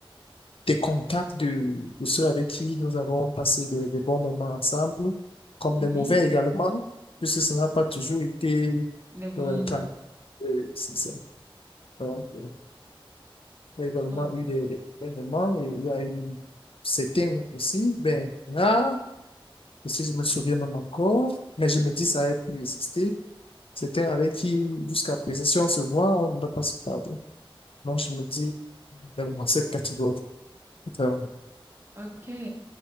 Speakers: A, on the left (about 75°); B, on the right (about 25°).
A: des contacts de, de ceux avec qui nous avons passé de, de bons moments ensemble, comme
B: Oui.
A: des mauvais également, puisque ça n'a pas toujours été
B: Les bons
A: euh,
B: moments.
A: tranquille. C'est ça. Donc, euh, Il y a également
B: Wow.
A: eu des, des événements, il y a eu certaines aussi, ben, là si je me souviens même encore, mais je me
B: Mhm.
A: dis ça a pu exister. C'était avec qui, jusqu'à présent, si on se voit, on ne va pas se parler. Donc, je me dis, également, cette catégorie. Alors,
B: Ok.